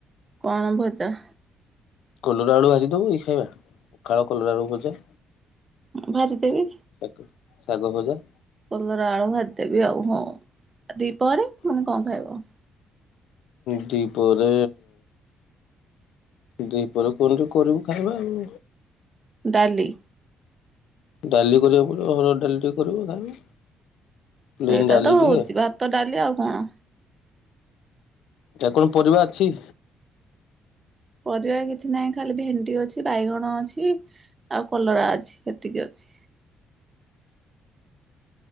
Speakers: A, on the right; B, on the left.
A: କଣ ଭଜା?
B: କଲରା ଆଳୁ ଭାଜିଦବ ଏଇ ଖାଇବା ପଖାଳ କଲରା ଆଳୁ ଭଜା।
A: ଭାଜି ଦେବି।
B: ଶ ଶାଗ ଭଜା।
A: କଲରା ଆଳୁ ଭାଜିଦେବି ଆଉ ହଁ ଦିପହରେ ମାନେ କଁ ଖାଇବ?
B: ଦି ପରେ ଦି ପହରେ କଣ ତୁ କରିବୁ ଖାଇବା ଆଉ।
A: ଡାଲି।
B: ଡାଲି କରିବାକୁ ପଡ଼ିବ ହରଡ ଡାଲି ଟିକେ କରିବୁ ଖାଇବା। ପ୍ଲେନ
A: ସେଇଟା
B: ଡାଲି
A: ତ
B: ଟିକେ
A: ହଉଛି ଭାତ ଡାଲି ଆଉ କଣ?
B: ଆ କଣ ପରିବା ଅଛି?
A: ପରିବା କିଛି ନାହିଁ ଖାଲି ଭେଣ୍ଡି ଅଛି, ବାଇଗଣ ଅଛି, ଆଉ କଲରା ଅଛି ଏତିକି ଅଛି।